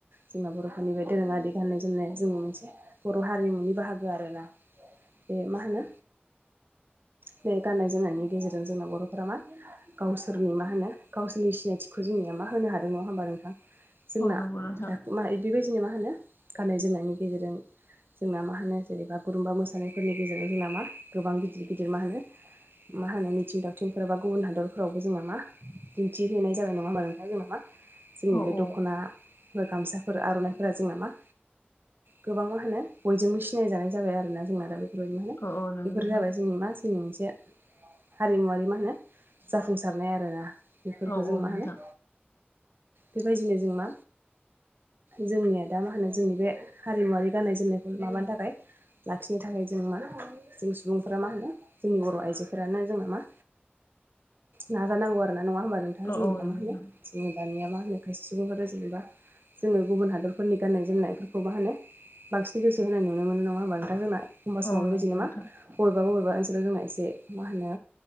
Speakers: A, on the right (about 60°); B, on the left (about 75°).
A: जोंना बर'फोरनि बे दोरोङारि। बि गाननाय जोमनाय जों मोनसे बर' हारिमुनि बाहागो आरो ना। बे मा होनो बे गाननाय जोमनायनि गेजेरजों जोंना बर'फोरा मा गावसोरनि मा होनो गावसोरनि सिनायथिखौ जोंनिया मा होनो हादों नङा होमबा नोंथां। जोंना
B: औ नंगौ नोंथां
A: द मा बेबायदिनो मा होनो गाननाय जोमनायनि गेजेरजों जोंना मा होनो जेरै बागुरुम्बा मोसानायफोरनि गेजेरजों हो नामा गोबां गिदिर गिदिर मा होनो मा होनो मिथिं दावथिंफोर बा गुबुन हादरफोरावबो जोङो मा दिन्थिहोनाय जाबाय नङा होनबा नोंथां जों नामा जोंनि
B: औ
A: बे
B: औ
A: दख'ना बा गामसाफोर आर'नाइफोरा जोंना मा गोबां मा होनो बयजोंबो सिनाय जानाय जाबाय आरो ना जोंना दा बे <unintelligible>
B: औ औ नंगौ
A: बेफोर
B: नोंथां
A: जाबाय माजोंनि मा जोंनि मोनसे हारिमुवारि मा होनो जाफुंसारनाय आरोना बेफोरखौ
B: औ औ
A: जों
B: नोंथां
A: मा होनो बेबायदिनो जों मा जोंनिया दा मा होनो जोंनि बे हारिमुवारारि गाननाय जोमनायखौ माबानो थाखाय लाखिनो थाखाय जों मा जों सुबुंफोरा मा होनो जोंनि बर' आइजोफोरानो जोंना मा नाजा नांगौ आरो ना नंङा होमबा नों
B: औ
A: जोंनिया
B: औ नंगौ
A: मा
B: नोंथां
A: होनो जोङो दानिया मा होनो खायसे सुबुंफोरा जेनेबा जोङो गुबुन हादरफोरनि गाननाय जोमनायफोरखौ मा होनो बांसिन गोसो होनाय नुनो मोनो नङा होमबा नोंथां जोंना एखमब
B: औ
A: समाव बेबायदि
B: नंगौ नोंथां
A: मा बबेबा बबेबा ओनसोलाव जोंना एसे मा होनो